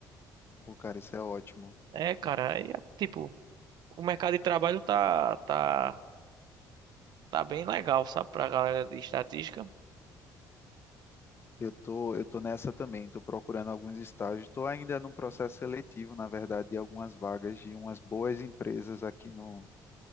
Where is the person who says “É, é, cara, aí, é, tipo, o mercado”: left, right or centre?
Right